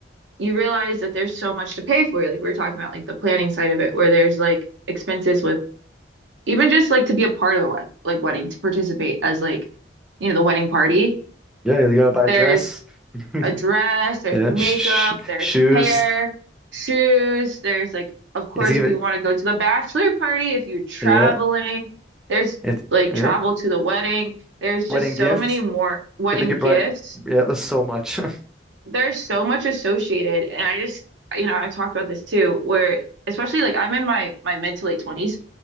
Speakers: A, on the right; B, in the centre.
A: you realize that there's so much to pay for. Like we were talking about, like the planning side of it, where there's like expenses with even just like to be a part of the wed like wedding to participate as like you know the wedding party.
B: <laughs> yeah you gotta buy
A: There's
B: a dress <laughs>
A: a dress, there's
B: yeah
A: makeup,
B: sh sh-
A: there's
B: shoes
A: hair, shoes, there's like, of course,
B: you have to give
A: if
B: it
A: you want to go to the bachelor party, if you're traveling,
B: yeah
A: there's
B: It,
A: like
B: yep.
A: travel to the wedding. There's just
B: Wedding gifts.
A: so many more wedding
B: Did they get
A: gifts
B: bride? Yeah, there's so much. <laughs>
A: there's so much associated and I just you know I talked about this too where especially like I'm in my my mid to late 20s